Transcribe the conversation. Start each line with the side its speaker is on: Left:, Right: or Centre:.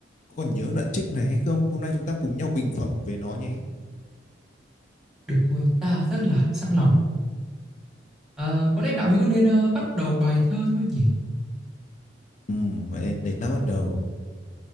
Left: có còn nhớ đoạn trích này hay không? Hôm nay chúng ta cùng nhau bình phẩm về nó nhé.
Centre: Được thôi, ta rất là sẵn lòng. Ờ, có lẽ đạo hữu nên ờ, bắt đầu bài thơ thôi nhỉ?
Left: Ừ, vậy để, ta bắt đầu.